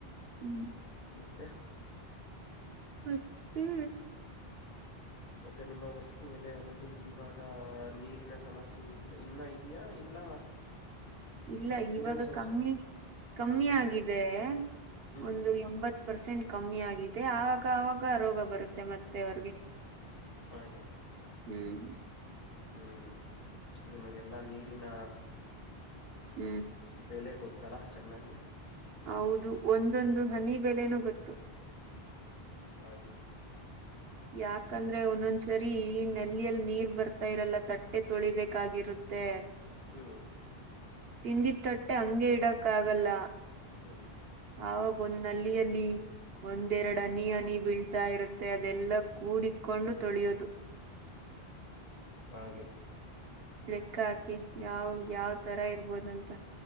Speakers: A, on the right; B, on the left.
A: ಹ್ಮ್.
B: ಮತ್ತೆ.
A: ಮತ್ತೆ‌.
B: ಮತ್ತೆ ನಿಮ್ಮ ವಸತಿ ನಿಲಯದಲ್ಲಿ ಇವಾಗ ನೀರಿನ ಸಮಸ್ಯೆ. ಇನ್ನ ಇದಯಾ ಇಲ್ಲ.
A: <inaudible> ಇಲ್ಲ
B: ನೀರಿನ
A: ಇವಾಗ
B: ಸಮಸ್ಯೆ
A: ಕಮ್ಮಿ ಕಮ್ಮಿ
B: ಹ್ಮ್
A: ಆಗಿದೆ
B: ಹ್ಮ್
A: ಒಂದು ಎಂಬತ್ತು. ಪರ್ಸೆಂಟ್ ಕಮ್ಮಿ ಆಗಿದೆ ಆವಾಗ ಆವಾಗ ರೋಗ ಬರುತ್ತೆ ಮತ್ತೆ ಅವ್ರಿಗೆ.
B: ಹಾಗೆ.
A: ಹ್ಮ್.
B: ಹ್ಮ್ ನಿಮಗೆಲ್ಲಾ ನೀರಿನ.
A: ಹ್ಮ್.
B: ಬೆಲೆ ಗೊತ್ತಲ್ಲಾ ಚೆನ್ನಾಗಿ.
A: ಹೌದು ಒಂದೊಂದು ಹನಿ ಬೆಲೆನೂ ಗೊತ್ತು.
B: ಹಾಗೆ.
A: ಯಾಕಂದ್ರೆ ಒಂದೊಂದ್ಸರಿ ಈ ನೆಲ್ಲಿಯಲ್ಲಿ ನೀರ್ ಬರ್ತಾ ಇರಲ್ಲ ತಟ್ಟೆ ತೊಳಿಬೇಕಾಗಿರುತ್ತೆ. ತ್ತ <unintelligible>
B: ಹ್ಮ್.
A: ತಿಂದಿದ ತಟ್ಟೆ ಹಂಗೆ ಇಡಕ್ಕ ಆಗಲ್ಲ.
B: ಹ್ಮ್.
A: ಅವವಾಗ ಒಂದ್ ನಲ್ಲಿ ಅಲ್ಲಿ. ಒಂದೆರಡು ಅನಿ ಅನಿ ಬೀಳ್ತಾ ಇರುತ್ತೆ ಅದೆಲ್ಲ ಕೂಡಿಕೊಂಡು ತೊಳಿಯೋದು.
B: ಹಾಗೆ.
A: ಲೆಕ್ಕ ಹಾಕಿ ಯಾವ್ ಯಾವ್ ತರ ಇರ್ಬೋದಂತ.